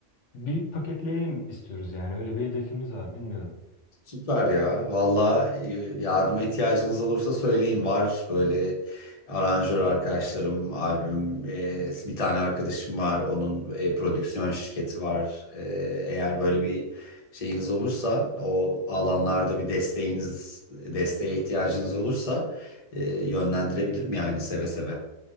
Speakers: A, on the left (about 70°); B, on the left (about 30°).
A: bir paketleyelim istiyoruz yani öyle bir hedefimiz var bilmiyorum.
B: Süper ya. Valla yardıma ihtiyacınız olursa söyleyin. Var böyle aranjör arkadaşlarım, albüm, e, bir tane arkadaşım var. Onun e, prodüksiyon şirketi var. E, eğer böyle bir şeyiniz olursa, o alanlarda bir desteğiniz, desteğe ihtiyacınız olursa e, yönlendirebilirim yani seve seve.